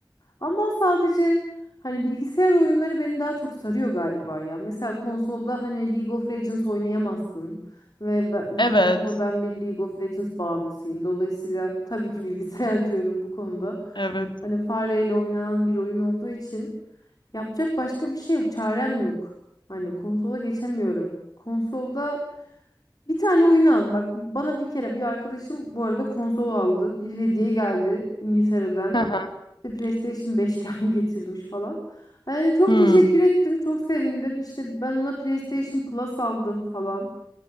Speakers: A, on the left (about 50°); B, on the left (about 75°).
A: Ama sadece hani bilgisayar oyunları beni daha çok sarıyor galiba ya. Mesela konsolda hani League of Legends oynayamazsın. Ve ben üzgünüm
B: Evet.
A: ama ben bir League of Legends bağımlısıyım. Dolayısıyla tabii ki bilgisayar <laughs> diyorum bu konuda.
B: Evet.
A: Hani fareyle oynanan bir oyun olduğu için yapacak başka bir şey yok. Çarem yok. Hani konsola geçemiyorum. Konsolda bir tane oyun al. Bak bana bir kere bir arkadaşım bu arada konsol aldı. Bir hediye geldi İngiltere'den.
B: Hı hı.
A: İşte PlayStation 5 gel- <laughs> getirmiş falan. Hani çok
B: Hmm.
A: teşekkür ettim. Çok sevindim. İşte ben ona PlayStation Plus aldım falan